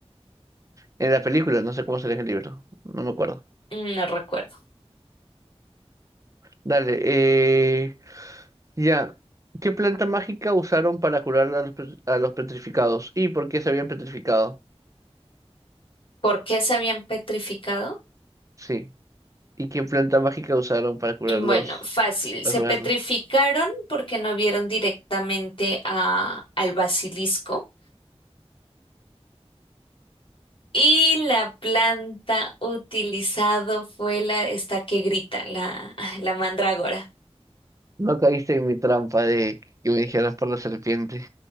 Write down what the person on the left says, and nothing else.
mm, no recuerdo.
¿Por qué se habían petrificado?
Mm, Bueno, fácil.
Se
petrificaron porque no vieron directamente a, al basilisco. Y la planta utilizado fue la, esta que grita, la, la mandrágora.